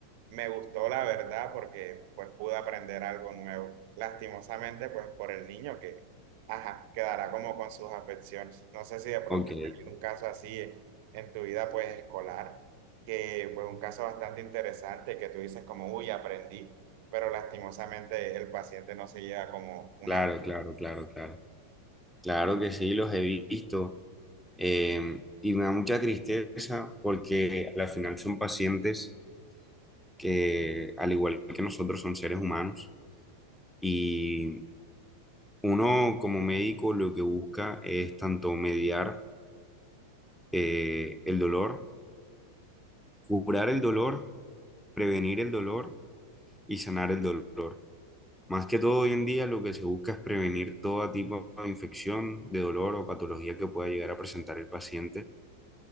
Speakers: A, on the right; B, in the centre.
A: me gustó la verdad porque, pues, pude aprender algo nuevo. Lastimosamente, pues, por el niño que, ajá, quedará como con sus afecciones. No sé si de pronto
B: Ok,
A: has tenido un caso así en, en tu vida, pues, escolar, que, pues, un caso bastante interesante que tú dices como, uy, aprendí, pero lastimosamente el paciente no se lleva como una...
B: claro, claro, claro, claro. Claro que sí, los he visto. Eh, y me da mucha tristeza porque al final son pacientes que, al igual que nosotros, son seres humanos. Y uno como médico lo que busca es tanto mediar eh, el dolor, curar el dolor prevenir el dolor y sanar el dolor. Más que todo hoy en día lo que se busca es prevenir todo tipo de infección, de dolor o patología que pueda llegar a presentar el paciente,